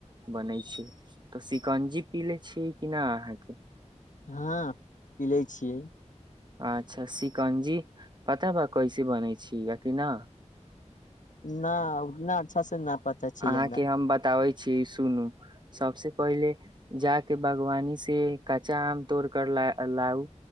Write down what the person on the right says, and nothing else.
बनै छै तऽ शिकंजी पी ले छियै कि नहि अहाँके
अच्छा सिकंजी पता बा कैसे बनै छी याकि न
अहाँके
हम बताबै छी छी सुनू सबस पहिले जााके बागवानी से कच्चा आम तोड़ कर लाउ